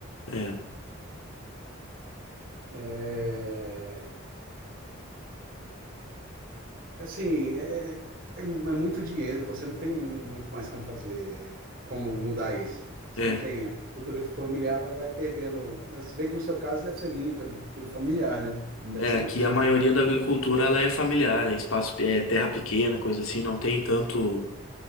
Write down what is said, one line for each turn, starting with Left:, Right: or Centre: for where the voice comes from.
Left: É,
Right: É, assim, é, é, é muito dinheiro, você não tem muito, muito mais como fazer, como mudar isso. Você
Left: é,
Right: não tem. A agricultura familiar vai, vai perdendo. Se bem que no seu caso deve ser muito agricultura familiar, né? Não deve
Left: é,
Right: ser
Left: aqui
Right: grande.
Left: a maioria da agricultura ela é familiar, é espaço, é terra pequena, coisa assim, não
Right: Sim,
Left: tem tanto